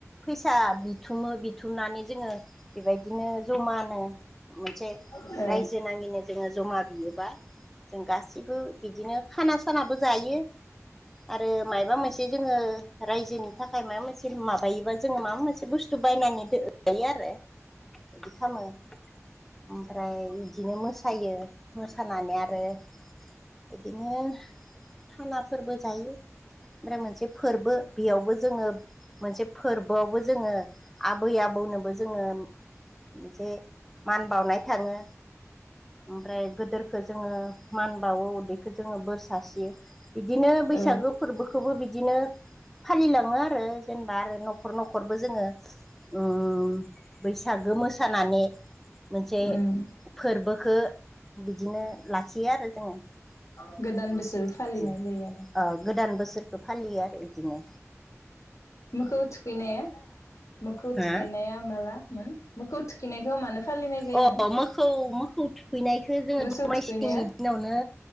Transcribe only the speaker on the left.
उम औ
औ
उम
गोदान बोसोर फालिनाय
जायो आरो
मोखौ थुखैनाया मोखौ
थुखैनाया माला मोखौ थुखिनायखौ मानो फालिनाय जायोमोन
मोसौ
थुखैनाया